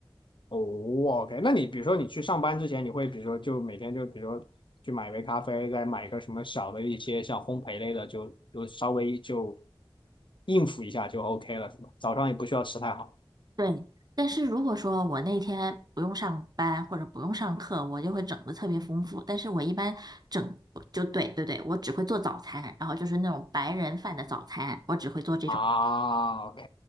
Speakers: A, on the left (about 60°); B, on the right (about 45°).
A: 哦，OK，那你比如说你去上班之前，你会比如说就每天就比如说去买一杯咖啡，再买一个什么小的一些像烘焙类的，就就稍微就应付一下就 OK 了是吧？早上也不需要吃太好
B: 对，但是如果说我那天不用上班或者不用上课，我就会整的特别丰富。但是我一般整就对对对，我只会做早餐，然后就是那种白人饭的早餐，我只会做这种。
A: 啊，OK，